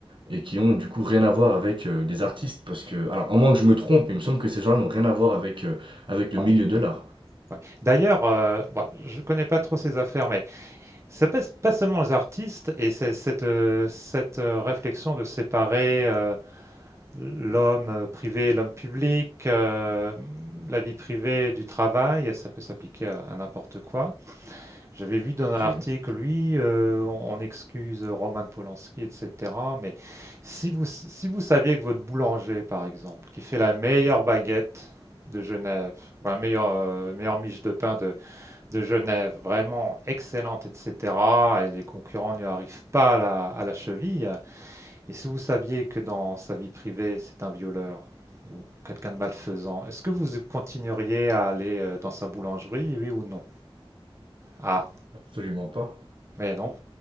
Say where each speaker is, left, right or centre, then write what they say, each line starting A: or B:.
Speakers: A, on the right (about 60°); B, on the right (about 30°).
A: et qui ont du coup rien à voir avec euh, des artistes, parce que, alors, à moins que je me trompe, mais il me semble que ces gens-là n'ont rien à voir avec, euh, avec le
B: Ouais,
A: milieu de l'art.
B: ouais. D'ailleurs, euh, bon, je connais pas trop ces affaires, mais ça passe pas seulement les artistes et c'est cette, euh, cette euh, réflexion de séparer euh, l'homme privé et l'homme public, euh, la vie privée du travail, ça peut s'appliquer à, à n'importe quoi. J'avais vu dans
A: Absolument,
B: un article, lui, euh, on, on excuse Roman Polanski, etc. Mais si vous, si vous saviez que votre boulanger, par exemple, qui fait la meilleure baguette de Genève, ou la meilleure, euh, meilleure miche de pain de, de Genève, vraiment excellente, etc., et les concurrents ne lui arrivent pas à la, à la cheville, et si vous saviez que dans sa vie privée, c'est un violeur ou quelqu'un de malfaisant, est-ce que vous continueriez à aller euh, dans sa boulangerie, oui ou non? Ah,
A: absolument pas.
B: mais non.